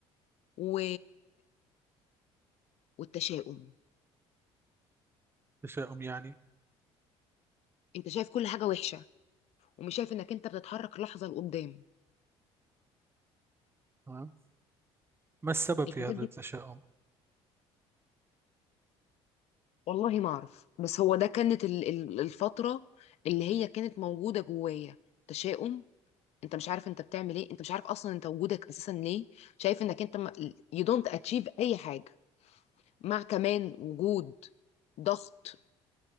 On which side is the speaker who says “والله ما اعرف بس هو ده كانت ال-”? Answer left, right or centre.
Left